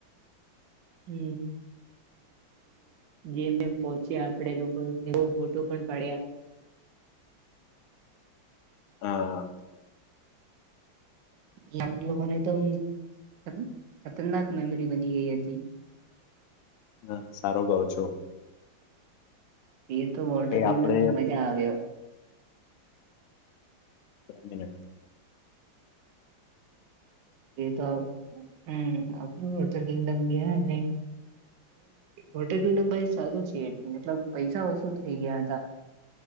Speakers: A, on the right; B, on the left.
A: હમ જેમ જેમ પહોંચ્યા આપડે લોકો એવો ફોટો પણ પાડ્યા.
B: હા
A: એ આપ લોકોને. તમ કહી. ખતરનાક મેમરી બની ગઈ હતી.
B: હા સારો ગઉ છો
A: એ તો વોટર
B: એ
A: કિંગડમમાં
B: આપડે
A: મજા આવ્યો
B: બે મિનિટ
A: એ તો હમ આપડું હોટલ કિંગડમ ગયા ને હોટલ કિંગડ સારું છે મતલબ પૈસા વસૂલ થઈ ગયા